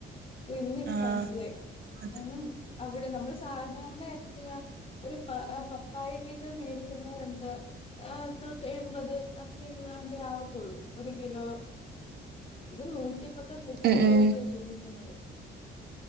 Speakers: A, on the left; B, on the right.
A: അല്ല ഇന്നെനിക്ക്
B: ആഹ്
A: മനസ്സിലായി
B: അത്
A: അങ്ങനെ അവടെ നമ്മള് സാധാരണ എത്രയാ ഒരു പ അ പപ്പായക്കൊക്ക മേടിക്കുന്നത് എന്താ ആഹ് തൊതെ എൺപത് അത്രയും വേണ്ടിയ ആവത്തുള്ളൂ ഒരു കിലോ ഇത് നൂറ്റിപത്ത് നൂറ്റി
B: ഉം
A: ഇരുപതൊക്കെയാ
B: ഉം
A: ചോദിക്കുന്നത്